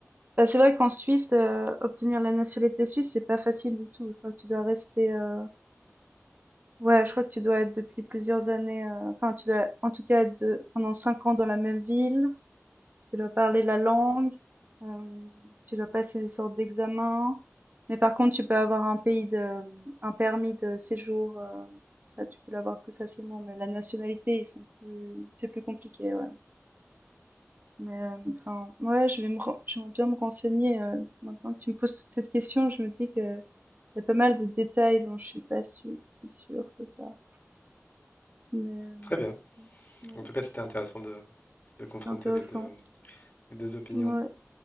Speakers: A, on the right; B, on the left.
A: Bah, c'est vrai qu'en Suisse, euh, obtenir la nationalité suisse, c'est pas facile du tout. Je crois que tu dois rester, euh, ouais, je crois que tu dois être depuis plusieurs années, euh, enfin, tu dois en tout cas être de- pendant cinq ans dans la même ville. tu dois parler la langue, euh, tu dois passer des sortes d'examens. Mais par contre, tu peux avoir un pays de, un permis de séjour, euh, ça tu peux l'avoir plus facilement. Mais la nationalité, ils sont plus, c'est plus compliqué, ouais. Mais euh, enfin, ouais, je vais me, ren- je vais bien me renseigner. euh, maintenant que tu me poses toute cette question, je me dis que il y a pas mal de détails dont je suis pas su- si sûre que ça. Mais euh,
B: Très bien.
A: ouais,
B: En tout cas, c'était intéressant de, de confronter
A: c'est intéressant.
B: les deux, les deux opinions.
A: Ouais.